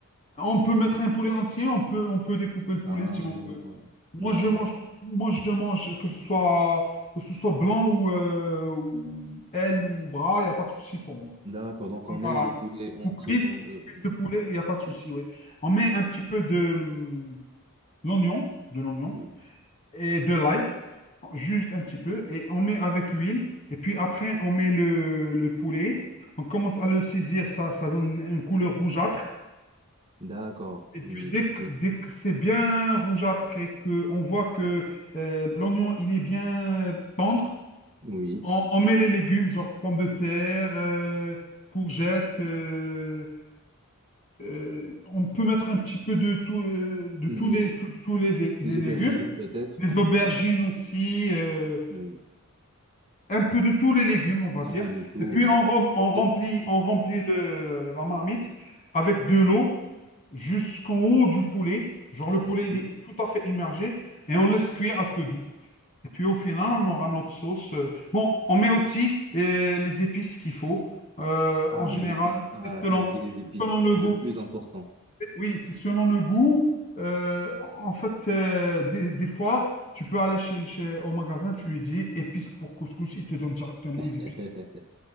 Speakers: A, on the left; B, on the right.
A: On peut mettre un poulet entier, on peut, on peut découper le poulet
B: Ah,
A: si on veut. Moi,
B: d'accord.
A: je mange, moi, je mange que ce soit, que ce soit blanc ou, euh, ou aile ou bras, il n'y a pas de souci pour moi.
B: D'accord. Donc,
A: Donc,
B: on met
A: Voilà.
B: le poulet entier
A: Ou cuisse,
B: dans le...
A: cuisse de poulet, il n'y a pas de souci, ouais. On met un petit peu de hum, l'oignon, de l'oignon
B: Hmm.
A: et de l'ail, juste un petit peu, et on met avec l'huile. Et puis après, on met le, le poulet. On commence à le saisir, ça, ça donne une couleur rougeâtre.
B: D'accord.
A: Et puis
B: Oui,
A: dès
B: c'est-
A: que,
B: oui,
A: dès que c'est bien rougeâtre et qu'on voit que euh, l'oignon, il est bien tendre,
B: oui,
A: on, on met les légumes, genre pommes de terre, euh, courgettes. euh, euh, on peut mettre un petit peu de, tout, euh, de
B: oui.
A: tous les, tous tous les, les
B: Les
A: légumes,
B: aubergines, peut-être,
A: les
B: non?
A: aubergines aussi, euh,
B: Oui.
A: un peu de tous les légumes, on va
B: Un
A: dire.
B: peu de tout,
A: Et puis
B: oui.
A: on, rem- on remplit,
B: Le... Hmm.
A: on remplit le- la marmite avec de l'eau jusqu'en haut du poulet. Genre le
B: Mhm.
A: poulet, il est tout à fait immergé et on laisse cuire à feu doux. Et puis au final, on aura notre sauce. euh. Bon, on met aussi euh, les épices qu'il faut. Euh,
B: Ah,
A: en général,
B: les épices. Ah,
A: selon,
B: t'as oublié les épices.
A: selon le
B: C'est
A: goût.
B: le plus important.
A: Oui, c'est selon le goût. Euh, en fait, euh, des, des fois, tu peux aller chez, chez- au magasin, tu lui dis épices pour couscous, ils te donnent directement
B: <laughs>
A: les épices.